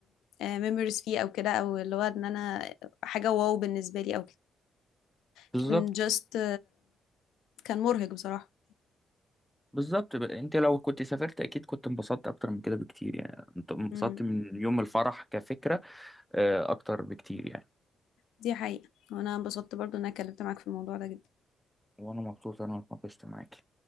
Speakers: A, on the left (about 85°); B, in the centre.
A: ميموريز فيه أو كده أو اللي هو إن أنا حاجة واو بالنسبة لي أو كده
B: بالظبط
A: كان جاست كان مرهق بصراحة
B: بالظبط بقى. أنت لو كنت سافرت أكيد كنت انبسطت أكتر من كده بكتير يعني أنت انبسطت
A: مم.
B: من يوم الفرح كفكرة آه، أكتر بكتير يعني
A: دي حقيقة وأنا انبسطت برضو إن أنا اتكلمت معاك في الموضوع ده جدا
B: وأنا مبسوط أنا اتناقشت معاك